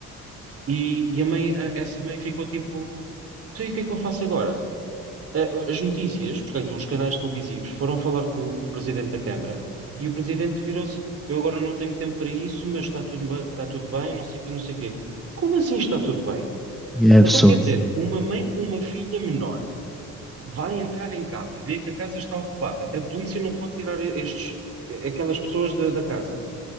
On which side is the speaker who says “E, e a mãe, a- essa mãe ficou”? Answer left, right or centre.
Right